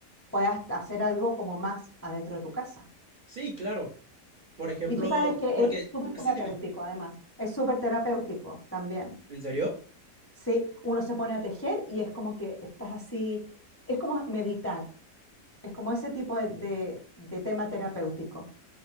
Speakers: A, on the left; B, on the right.
A: puedas hacer algo como más adentro de tu casa.
B: Sí, claro. Por ejemplo,
A: Y tú sabes que
B: porque...
A: es súper
B: mm,
A: terapéutico,
B: Sí, dime.
A: además, es súper terapéutico también.
B: ¿En serio?
A: Sí, uno se pone a tejer y es como que estás así, es como meditar, es como ese tipo de, de- de tema terapéutico,